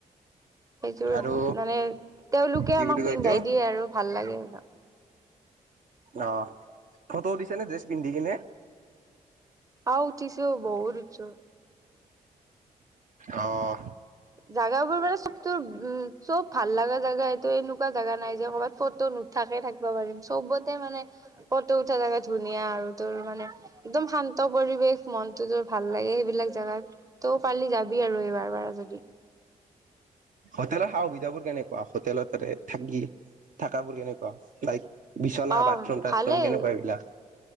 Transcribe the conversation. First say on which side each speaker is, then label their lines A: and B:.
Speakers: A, on the right; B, on the right.
A: সেইযোৰ
B: আৰু
A: মানে তেওঁলোকে
B: কি
A: আমাক
B: বুলি কয়
A: পিন্ধাই
B: এইটো
A: দিয়ে আৰু ভাল লাগে। নহ
B: অ ফটো দিছে নে ড্ৰেছ পিন্ধি কিনে।
A: অহ উঠিছো বহুত উঠছো।
B: অহ
A: জাগাবোৰ মানে চবতোৰ উম চব ভাল লগা জাগা। এইটো এনেকুৱা জাগা নাই যে কৰ'ৰবাত ফটো নুথাকে থাকিব পাৰিম। চবতে মানে ফটো উঠা জাগা ধুনীয়া আৰু তোৰ মানে একদম শান্ত পৰিৱেশ ।মনটো তোৰ ভাল লাগে সেইবিলাক জাগাত তই পাৰিলে যাবি আৰু এইবাৰ বাৰ যদি।
B: হোটেলৰ সা- সুবিধাবোৰ কেনেকুৱা হোটেলত থাকি থাকাবোৰ কেনেকুৱা চাইজ। বিছনা
A: অ
B: বাথৰুম তথৰুম
A: ভালেই
B: কেনেকুৱা এইবিলাক?